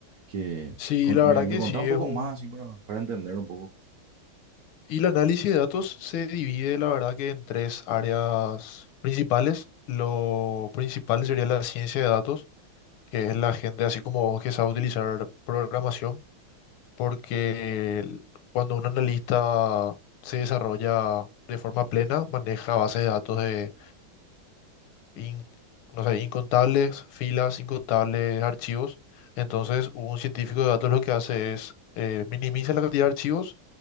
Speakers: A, on the right; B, on the left.
A: que
B: Sí,
A: con-
B: la
A: me,
B: verdad
A: me
B: que
A: contá
B: sí
A: un poco
B: es un...
A: más así para, para entender un poco.
B: Y el análisis de datos se divide, la verdad que en tres áreas principales. Lo principal sería la ciencia de datos, que es la gente así como vos que sabe utilizar programación, porque el- cuando un analista se desarrolla de forma plena, maneja bases de datos de in- no sé, incontables filas, incontables archivos. Entonces, un científico de datos lo que hace es eh, minimiza la cantidad de archivos